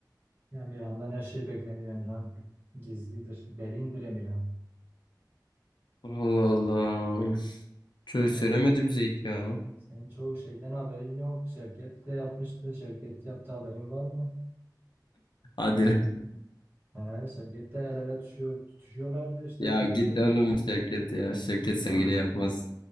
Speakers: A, on the right; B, on the left.
A: Ya Emirhan'dan her şey beklenir Emirhan. Gizlidir, derindir Emirhan.
B: Allah Allah. Çöz
A: Ee,
B: söylemedi bize hiç ya.
A: senin çoğu şeyden haberin yok. Şevket de yapmıştı. Şevket yaptı haberin var mı?
B: Hadi lan.
A: He, şirkette el ele tutuşuyor, tutuşuyorlardı işte
B: Ya
A: gördüm.
B: git oğlum Şevket ya. Şevket sevgili yapmaz.